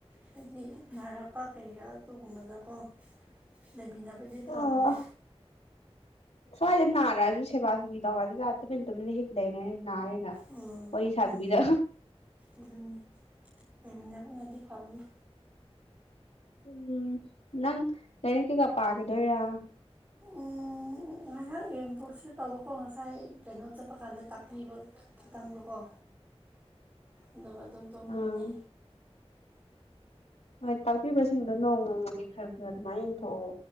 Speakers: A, on the right; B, on the left.
A: ꯍꯥꯏꯗꯤ ꯅꯔꯛꯄ ꯀꯩꯒ ꯑꯗꯨꯒꯨꯝꯕꯗꯀꯣ ꯂꯩꯃꯤꯟꯅꯕꯗꯤ ꯐꯕꯅꯦ
B: ꯑꯣ ꯁ꯭ꯋꯥꯏꯗ ꯅꯥꯔꯑꯖꯨ ꯁꯦꯕꯥ ꯁꯦꯕꯤ ꯇꯧꯔꯖꯤꯗ ꯇꯨꯃꯤꯟ ꯇꯨꯃꯤꯟꯅ ꯍꯤꯞ ꯂꯩꯔꯦ ꯅꯥꯔꯦꯅ
A: ꯎꯝ ꯍꯨꯝ
B: ꯑꯗꯨꯒꯤꯗ <unintelligible>
A: ꯑꯗꯨꯅꯤ ꯂꯩꯃꯤꯟꯅꯕꯅꯗꯤ ꯐꯕꯅꯤ
B: ꯎꯝ ꯅꯪ ꯂꯏꯔꯤꯛ ꯀꯩꯀꯥ ꯄꯒꯤꯗꯣꯏꯔ
A: ꯎꯝ ꯉꯥꯏꯍꯥꯛ ꯌꯦꯡꯊꯣꯛꯁꯤꯔ ꯇꯧꯕꯀꯣ ꯉꯁꯥꯏ ꯀꯩꯅꯣ ꯆꯠꯄ ꯀꯥꯟꯗ ꯇꯥꯛꯄꯤꯕ ꯈꯤꯇꯪꯗꯣꯀꯣ ꯑꯗꯨꯒ ꯑꯗꯨꯝ ꯇꯨꯝꯈ꯭ꯔꯅꯤ
B: ꯑꯥ ꯍꯣꯏ ꯇꯥꯛꯄꯤꯕꯁꯤꯡꯗꯣ ꯅꯣꯡ ꯅꯣꯡꯃꯒꯤ ꯈꯔ ꯈꯔ ꯑꯗꯨꯃꯥꯏ ꯌꯦꯡꯊꯣꯛꯑꯣ